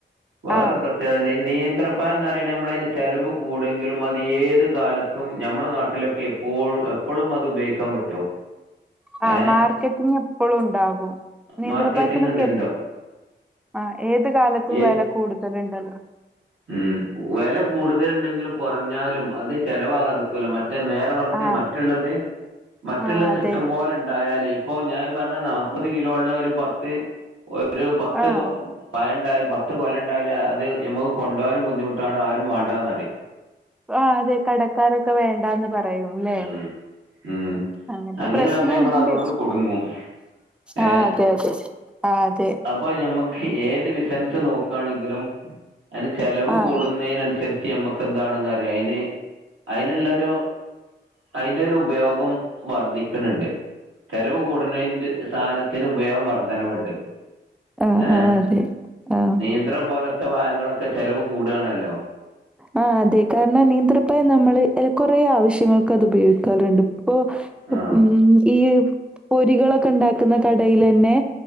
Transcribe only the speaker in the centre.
ആഹ്
ആ
മാർക്കറ്റിങ് എപ്പോഴും ഉണ്ടാകും നിന്ത്രപയത്തിനൊക്കെ
എ ആഹ് ഏത് കാലത്തും
വേല കൂടുതലുണ്ടല്ലോ
ആഹ്
ആഹ് അതെ
ആഹ്
ആ അതെ കടക്കാരൊക്കെ വേണ്ടാന്ന് പറയും ല്ലേ
അങ്ങനത്തെ
പ്രശ്നം
ഉണ്ട്
ആ അതെ അതെ ആ അതെ
ആഹ്
ആഹ് ആഹ്
ആഹ് അതെ ആഹ്
ആ അതേ കാരണം നിയന്ത്രപ്പായം നമ്മള് എല് കുറേ ആവശ്യങ്ങൾക്ക് അത് ഉപയോഗിക്കാറുണ്ട് ഇപ്പൊ
ഉം ഈ പൊരികളൊക്കെ ഇണ്ടാക്കുന്ന കടയിലേന്നെ